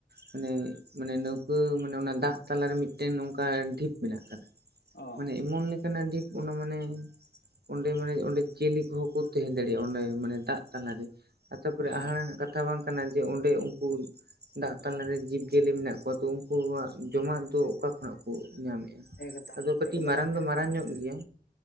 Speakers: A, on the right; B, on the left.
A: ᱢᱟᱱᱮ ᱢᱟᱱᱮ ᱱᱟᱹᱣᱠᱟᱹ ᱢᱟᱱᱮ ᱚᱱᱟ ᱫᱟᱜ ᱛᱟᱞᱟᱨᱮ ᱢᱤᱫᱴᱮᱱ ᱚᱱᱠᱟ ᱰᱷᱤᱯ ᱢᱮᱱᱟᱜ ᱟᱠᱟᱫᱟ᱾
B: ᱚ
A: ᱢᱟᱱᱮ ᱮᱢᱚᱱ ᱠᱟᱱᱟ ᱰᱷᱤᱯ ᱚᱱᱟ ᱢᱟᱱᱮ ᱚᱸᱰᱮ ᱢᱟᱱᱮ ᱚᱸᱰᱮ ᱡᱤᱭᱟᱹᱞᱤ ᱠᱚᱦᱚᱸ ᱠᱚ ᱛᱟᱦᱮᱸ ᱫᱟᱲᱮᱭᱟᱜᱼᱟ ᱚᱸᱰᱮ ᱢᱟᱱᱮ ᱫᱟᱜ ᱛᱟᱞᱟᱨᱮ ᱛᱟᱨᱯᱚᱨᱮ
B: ᱚ
A: ᱦᱟᱦᱟᱲᱟᱜ ᱨᱮᱱᱟᱜ ᱠᱟᱛᱷᱟ ᱵᱟᱝ ᱠᱟᱱᱟ᱾ ᱡᱮ ᱚᱸᱰᱮ ᱩᱱᱠᱩ ᱫᱟᱜ ᱛᱟᱞᱟᱨᱮ ᱡᱤᱵᱽ ᱡᱤᱭᱟᱹᱞᱤ ᱢᱮᱱᱟᱜ ᱠᱚᱣᱟ᱾ ᱛᱚ ᱩᱱᱠᱩᱣᱟᱜ ᱡᱚᱢᱟᱜ ᱫᱚ ᱚᱠᱟ ᱠᱷᱚᱱᱟᱜ ᱠᱚ ᱧᱟᱢᱮᱫᱼᱟ?
B: ᱮᱠᱫᱚᱢ
A: ᱟᱫᱚ ᱠᱟᱹᱴᱤᱡ
B: ᱮᱠᱫᱚᱢ
A: ᱢᱟᱨᱟᱝ
B: ᱦᱟᱦᱟᱲᱟᱜ
A: ᱫᱚ ᱢᱟᱨᱟᱝ ᱧᱚᱜ
B: ᱠᱟᱛᱷᱟ
A: ᱜᱮᱭᱟ᱾